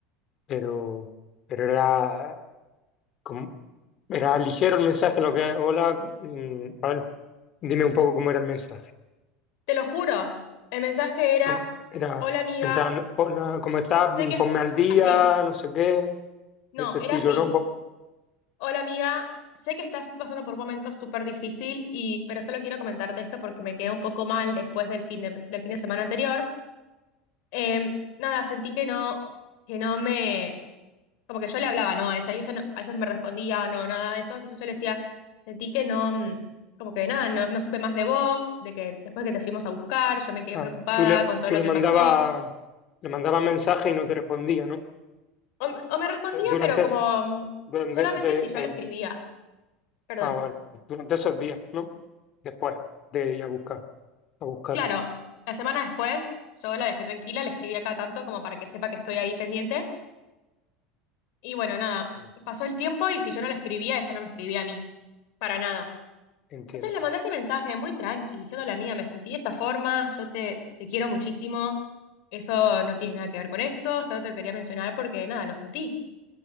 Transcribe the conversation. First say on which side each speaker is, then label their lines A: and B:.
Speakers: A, on the left; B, on the left.
A: pero, pero era, como, era ligero el mensaje, lo que, hola, mm, a ver, dime un poco cómo era el mensaje.
B: Te lo juro, el mensaje era,
A: No, Era,
B: hola amiga,
A: en plan, hola, ¿cómo estás?
B: sé
A: Mm,
B: que
A: Ponme
B: es
A: al día,
B: así.
A: no sé qué.
B: No,
A: de ese
B: era
A: estilo,
B: así.
A: ¿no? Vos-
B: Hola amiga, sé que estás pasando por un momento súper difícil y, pero solo quiero comentarte esto porque me quedé un poco mal después del fin de, del fin de semana anterior. Em, nada, sentí que no, que no me como que yo le hablaba, ¿no? A ella y ella no- a veces no me respondía, no, nada de eso. Entonces yo le decía, sentí que no, mm, como que nada, no, no supe más de vos, de que después que te fuimos a buscar, yo me quedé
A: ah,
B: preocupada
A: tú le,
B: con todo
A: tú
B: lo
A: le
B: que
A: mandabas
B: pasó.
A: le mandabas mensaje y no te respondía, ¿no?
B: O, m- o me respondía,
A: Eh, Durante,
B: pero como
A: es-
B: mm,
A: durante,
B: solamente
A: de-
B: si yo
A: el-
B: la escribía. Perdón.
A: ah, vale. Durante esos días, ¿no? Después de ir a buscar, a buscarla.
B: Claro, la semana después yo la dejé tranquila, le escribí acá tanto como para que sepa que estoy ahí pendiente. Y bueno, nada,
A: Mm.
B: pasó el tiempo y si yo no le escribía, ella no me escribía a mí, para nada.
A: Entiendo,
B: Entonces le mandé ese mensaje muy tranqui, diciendo la amiga, me sentí de esta forma, yo te, te quiero muchísimo, eso no tiene nada que ver con esto, solo te quería mencionar porque nada, lo sentí.